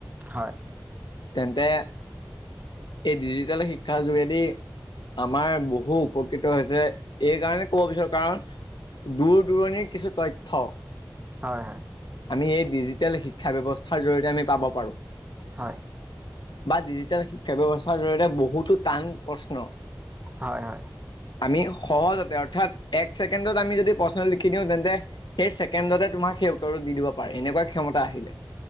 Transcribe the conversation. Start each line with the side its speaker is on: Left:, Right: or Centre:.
Right: হয়।
Left: তেন্তে এই ডিজিটেল শিক্ষাৰ যোগে দি আমাৰ বহু উপকৃত হৈছে। এই কাৰণে ক'ব বিচাৰো, কাৰণ দূৰ দূৰণিৰ কিছু তথ্য
Right: হয়, হয়
Left: আমি এই ডিজিটেল শিক্ষা ব্যৱস্থাৰ জৰি়য়তে আমি পাব পাৰোঁ।
Right: হয়।
Left: বা ডিজিটেল শিক্ষা ব্যৱস্থাৰ জৰি়য়তে বহুতো টান প্ৰশ্ন
Right: হয়, হয়।
Left: আমি সহজতে, অৰ্থাৎ এক ছেকেণ্ডত আমি যদি প্ৰশ্ন লিখি দিওঁ, তেন্তে সেই ছেকেণ্ডতে তোমাক সেই উত্তৰটো দি দিব পাৰে, এনেকুৱা ক্ষমতা আহিলে।